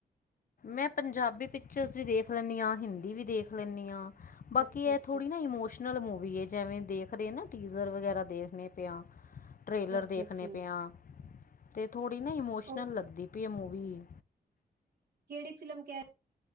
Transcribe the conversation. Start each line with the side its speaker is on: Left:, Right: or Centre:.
Left: ਮੈਂ ਪੰਜਾਬੀ ਪਿਚਰਸ ਵੀ ਦੇਖ ਲੈਂਨੀ ਆਂ, ਹਿੰਦੀ ਵੀ ਦੇਖ ਲੈਂਨੀ ਆਂ। ਬਾਕੀ
Right: ਅੱਛਾ-ਅੱਛਾ,
Left: ਐ ਥੋੜੀ ਨਾ ਇਮੋਸ਼ਨ ਨਲ ਮੂਵੀ ਏ ਜੈਵੇਂ ਦੇਖਦੇ ਨਾ, ਟੀਜ਼ਰ ਵਗੈਰਾ ਦੇਖਨੇ ਪੇ ਆਂ। ਟ੍ਰੇਲਰ
Right: ਅੱਛਾ-ਅੱਛਾ
Left: ਦੇਖਨੇ ਪੇ ਆਂ ਤੇ ਧੋੜ੍ਹੀ ਨਾ ਇਮੋਸ਼ਨਲ
Right: ਉਹ
Left: ਲੱਗਦੀ ਪਈ ਏ ਮੂਵੀ।
Right: ਕੇੜੀ ਫਿਲਮ ਕੈ